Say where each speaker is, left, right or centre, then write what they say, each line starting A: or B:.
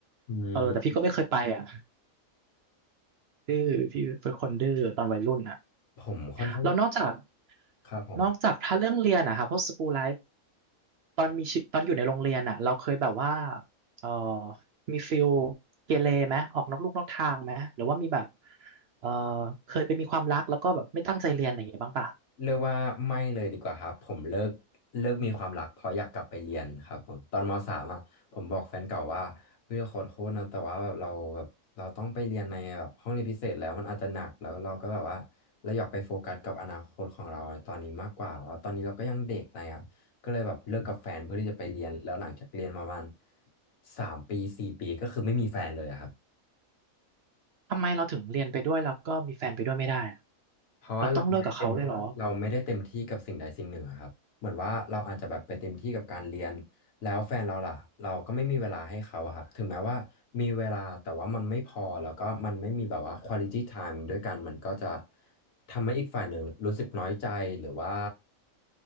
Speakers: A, on the left; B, on the right.
A: อืม
B: เออแต่พี่ก็ไม่เคยไปอ่ะดื้อพี่เป็นคนดื้อตอนวัยรุ่นอ่ะ
A: ผมค่อนข้าง
B: แล้วนอกจาก
A: ครับผม
B: นอกจากถ้าเรื่องเรียนอะค่ะพวกสกู l ไลฟ์ตอนมีชีตอนอยู่ในโรงเรียนอะเราเคยแบบว่าเออมีฟิลเกเรไหมออกนอกลูกนอกทางไหมหรือว่ามีแบบเออเคยไปมีความรักแล้วก็แบบไม่ตั้งใจเรียนอะไรอย่างเงี้ยบ้างป่ะ
A: เรียกว่าไม่เลยดีกว่าครับผมเลิกเลิกมีความรักเพราะอยากกลับไปเรียนครับผมตอนมสามอ่ะผมบอกแฟนเก่าว่าเฮ้ยขอโทษนะแต่ว่าแบบเราแบบเราต้องไปเรียนในแบบห้องเรียนพิเศษแล้วมันอาจจะหนักแล้วเราก็แบบว่าเราอยากไปโฟกัสกับอนาคตของเราในตอนนี้มากกว่าแล้วตอนนี้เราก็ยังเด็กอะไรอ่ะก็เลยแบบเลิกกับแฟนเพื่อที่จะไปเรียนแล้วหลังจากเรียนมาประมาณสามปีสี่ปีก็คือไม่มีแฟนเลยอะครับ
B: ทำไมเราถึงเรียนไปด้วยแล้วก็มีแฟนไปด้วยไม่ได้อะ
A: เพราะว่าเราไม่ได้เต็มเราไม่ได้เต็มที่กับสิ่งใดสิ่งหนึ่งอะครับเหมือนว่าเราอาจจะแบบไปเต็มที่กับการเรียนแล้วแฟนเราล่ะเราก็ไม่มีเวลาให้เขาอะครับถึงแม้ว่ามีเวลาแต่ว่ามันไม่พอแล้วก็มันไม่มีแบบว่า
B: เราต้องเลิกกับเขาเลยเหรอ
A: quality time ด้วยกันมันก็จะทำให้อีกฝ่ายหนึ่งรู้สึกน้อยใจหรือว่า